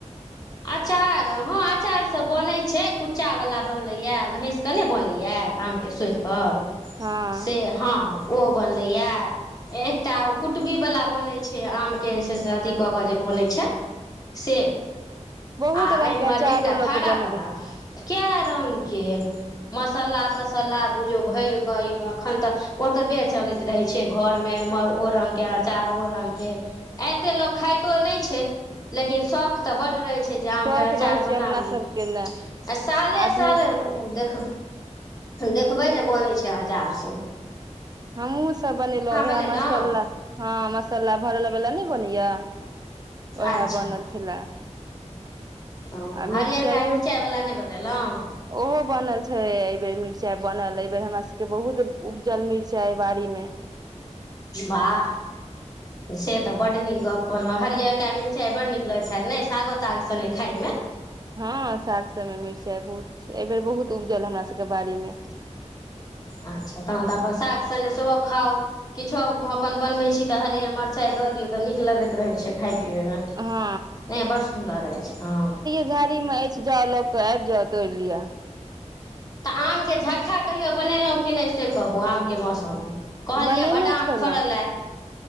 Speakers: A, on the left; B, on the right.
A: अचार। हँ आचार सभ बनै छै कुच्चा वाला बनलैया घैसके नहि बनैया। आम के सोहि कऽ
B: हँ
A: से ह ओ बनलैया एकटा ओ कुटबीवला बनैत छै आम के जे छै से अथी कऽ जे बनैत छै। स
B: बहुत
A: आ
B: रंग
A: एम्हर
B: के अचारो
A: एकटा
B: लऽ
A: फाड़ावला
B: के बनबै
A: कए रंग के मसाल्ला तसाल्ला बुझो भैर कऽ ई अखन तऽ ओतबे चले रहै छै घर मे एमहर ओ रंग के अचार ओ रंगके ऐते लोक खाइतो नहि छै लेकिन शौख तऽ बड़ रहे छै जे आम
B: शौख
A: के अँचार
B: रहै
A: बनाबी
B: छै अपना सबके ने
A: आ साले
B: आदमी
A: साले देख देखबै जे बनै छै आचार सभ
B: हमहुँ सभ बनेलहुँं उएह
A: बनेलहुँ
B: मसाला ह मसाला भरला वाला नहि बनैया उएह
A: अच्छा
B: बनल खेला
A: ओ हरअरकऽ
B: मिरचाइयो
A: मिरचाइवला नहि बनेलहुँ
B: ओहो बनल छै एहि बेर मिरचाई बनल एहि बेर हमरा सभके बहुत उपजल मिरचाई बाड़ी मे
A: वाह से तऽ बड़ निक ग‌प कोनो हरिहरका मिरचाई बड नीक लगैत हैत नहि सागो ताग सँगे खाइमे
B: हँ साग सभमे मिरचाइ बहुत एहि बेर बहुत उपजल हमरा सभके बाड़ी मे
A: अच्छा तहन तऽ अपन साग संगे सेहो खाउ। किछो अपन बनबैत छी तऽ हरिअर मिरचाई दऽ दियौ तऽ नीक लगैत रहैत छै खाय पिबैमे। नहि
B: हँ
A: बड़ सुन्दर अछि हँ।
B: बारी मे अछि जाउ लऽ कऽ आबि जाउ तोड़ि लिआ
A: तऽ आम के झक्खा कहियो बनेलहुँ कि नहि से कहू आम के मौस मे। कहलियै
B: बनेने
A: बड़ आम
B: छलहुँ
A: फड़ल ऐ।